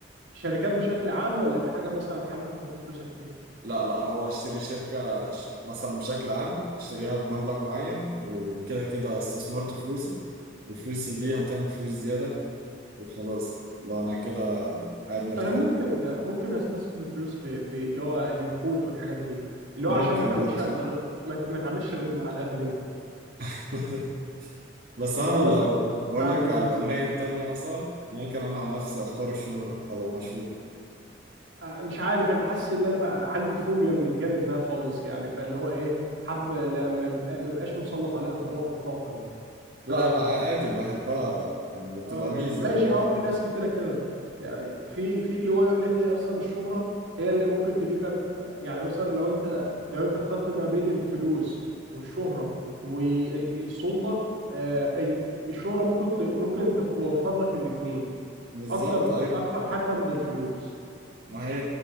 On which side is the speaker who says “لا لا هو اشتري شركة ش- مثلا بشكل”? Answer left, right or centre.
Right